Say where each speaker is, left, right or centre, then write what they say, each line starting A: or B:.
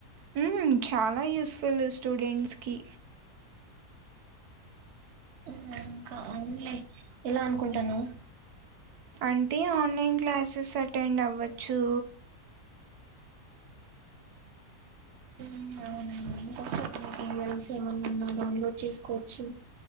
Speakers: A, on the right; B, on the right.
A: హుమ్ చాలా యూస్ ఫుల్ స్టూడెంట్స్ కి
B: హుమ్ ఇంకా అవున్లే ఎలా అనుకుంటున్నావ్
A: అంటే ఆన్లైన్ క్లాసెస్ అటెండ్ అవ్వచ్చు
B: ఉమ్ అవునం ఇక మెటీరియల్స్ ఏమన్నా డౌన్లోడ్ చేసుకోవచ్చు